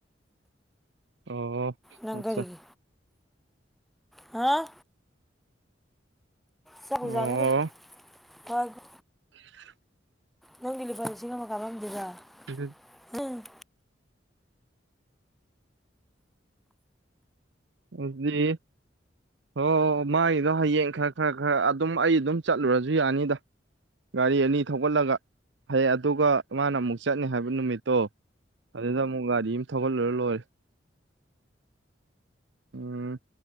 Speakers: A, on the right (about 65°); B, in the centre.
A: ꯑꯣ
B: ꯅꯪꯒꯔꯤꯒꯤ
A: ꯑꯠꯆꯥ
B: ꯍꯥꯎ ꯆꯥꯛꯕꯨ
A: ꯑꯣ
B: ꯆꯔꯒꯦ ꯄꯥꯎꯒꯥ
A: <inaudible>
B: ꯅꯪꯒꯤ ꯂꯨꯄꯥ ꯂꯤꯁꯤꯡ ꯑꯃ ꯀꯥꯔꯝꯗꯨꯕ
A: <unintelligible>
B: ꯎꯝ
A: ꯑꯗꯨꯗꯤ ꯍꯣꯏ ꯃꯥꯒꯤꯗꯣ ꯍꯌꯦꯡ ꯈꯔ ꯈꯔ ꯈꯔ ꯑꯗꯨꯝ ꯑꯩ ꯑꯗꯨꯝ ꯆꯠꯂꯨꯔꯁꯨ ꯌꯥꯅꯤꯗ ꯒꯥꯔꯤ ꯑꯅꯤ ꯊꯧꯒꯠꯂꯒ ꯍꯌꯦꯡ ꯑꯗꯨꯒ ꯃꯥꯅ ꯑꯃꯨꯛ ꯆꯠꯅꯤ ꯍꯥꯏꯕ ꯅꯨꯃꯤꯠꯇꯣ ꯑꯗꯨꯗ ꯑꯃꯨꯛ ꯒꯥꯔꯤ ꯑꯃ ꯊꯧꯒꯠꯂꯨꯔ ꯂꯣꯏꯔꯦ ꯎꯝ